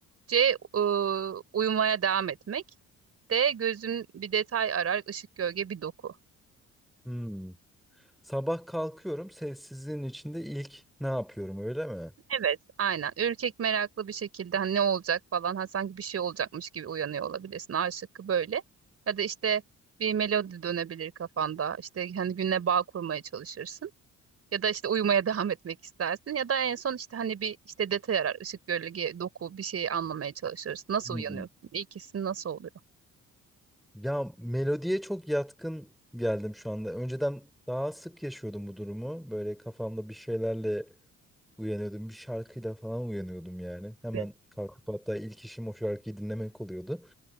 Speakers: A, on the right; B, in the centre.
A: C. e, uyumaya devam etmek. D. Gözüm bir detay arar, ışık, gölge, bir doku.
B: Hmm. Sabah kalkıyorum. Sessizliğin içinde ilk ne yapıyorum öyle mi?
A: Evet, aynen. Ürkek meraklı bir şekilde hani ne olacak falan ha sanki bir şey olacakmış gibi uyanıyor olabilirsin. A şıkkı böyle. Ya da işte bir melodi dönebilir kafanda. İşte hani günle bağ kurmaya çalışırsın. Ya da işte uyumaya <laughs> devam etmek istersin. Ya da en son işte hani bir işte detay arar. Işık, gölge, doku bir şeyi anlamaya çalışırsın. Nasıl
B: Hmm.
A: uyanıyorsun? İkisi nasıl oluyor?
B: Ya melodiye çok yatkın geldim şu anda. Önceden daha sık yaşıyordum bu durumu. Böyle kafamda bir şeylerle uyanıyordum. Bir şarkıyla falan uyanıyordum yani. Hemen
A: Evet.
B: kalkıp hatta ilk işim o şarkıyı dinlemek oluyordu.